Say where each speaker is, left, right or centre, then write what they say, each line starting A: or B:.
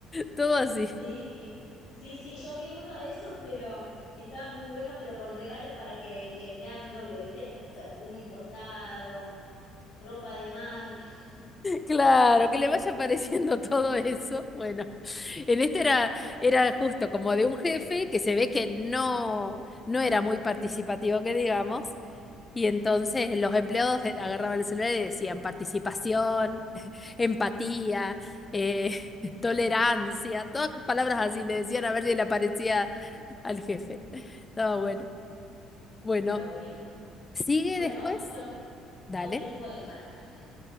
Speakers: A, on the left (about 25°); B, on the left (about 65°).
A: Todo así.
B: Sí, sí, sí, yo vi uno de esos, pero estaba muy bueno, pero con regalos para que, que me haga mi novio, ¿viste? Perfume importado, ropa de marca. <laughs>
A: Claro, que le vaya apareciendo <laughs> todo eso. Bueno, en este era, era justo como de un jefe que se ve que no, no era muy participativo, que digamos, y entonces los empleados e, agarraban el celular y decían participación, empatía, eh, <laughs> tolerancia, todas palabras así le decían a ver si le aparecía al jefe. Estaba bueno. Bueno,
B: Está bueno.
A: sigue
B: Bueno,
A: después.
B: vamos con
A: Dale.
B: Otro tipo de management.